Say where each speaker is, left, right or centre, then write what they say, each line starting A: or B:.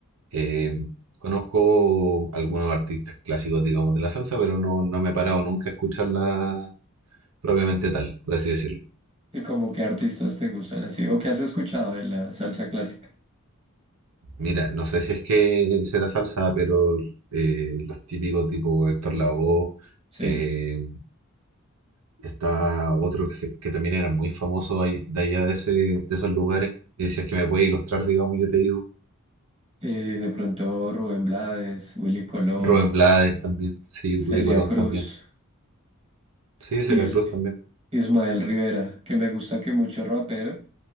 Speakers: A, on the right (about 85°); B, on the right (about 25°).
A: Eh, conozco algunos artistas clásicos, digamos, de la salsa, pero no, no me he parado nunca a escucharla propiamente tal, por así decirlo.
B: ¿Y como qué artistas te gustan así? ¿O qué has escuchado de la salsa clásica?
A: Mira, no sé si es que será salsa, pero eh, los típicos tipo Héctor Lavoe,
B: Sí.
A: eh, está otro que, que también era muy famoso ahí- de allá de, ese, de esos lugares. Eh, si es que me puede ilustrar, digamos, yo te digo.
B: Y de pronto Rubén Blades, Willy Colón,
A: Rubén Blades también, sí,
B: Celia
A: Willy Colón
B: Cruz,
A: también. Sí,
B: Is-
A: Celia Cruz también.
B: Ismael Rivera, que me gusta que mucho rapero.